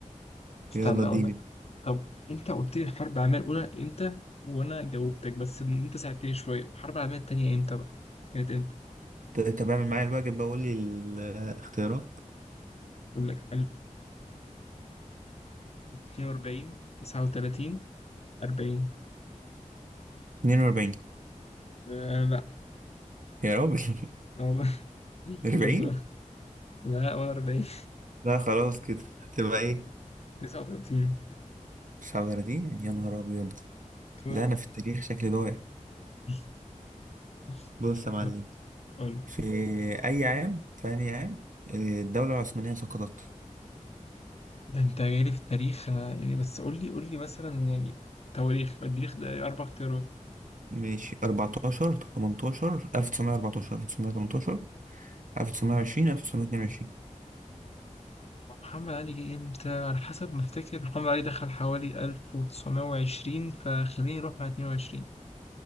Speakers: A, on the left (about 50°); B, on the right (about 75°).
A: استنى
B: يلا اديني
A: اقول لك طب انت قلت لي الحرب العالميه الاولى امتى وانا جاوبتك بس انت ساعدتني شويه الحرب العالميه الثانيه امتى بقى كانت امتى
B: ت- طب اعمل معايا الواجب بقول لي الاختيارات
A: اقول لك 1942 39 40
B: 42
A: آه لا
B: يا راجل
A: والله <laughs>
B: <laughs> 40
A: شفت بقى لا ولا 40
B: لا خلاص كده تبقى ايه
A: 39
B: 39 يا نهار ابيض
A: طبعا.
B: لا انا في التاريخ شكلي ضايع
A: طب <laughs>
B: بص يا معلم
A: طب قول لي.
B: في اي عام في اي عام آه، الدولة العثمانية سقطت
A: ده انت جاي لي في التاريخ انا يعني بس قول لي قول لي مثلا يعني تواريخ التاريخ ده اربع اختيارات
B: ماشي 14 18 1914 1918 1920 1922
A: محمد علي جه امتى على حسب ما افتكر محمد علي دخل حوالي 1920 فخليني اروح مع 22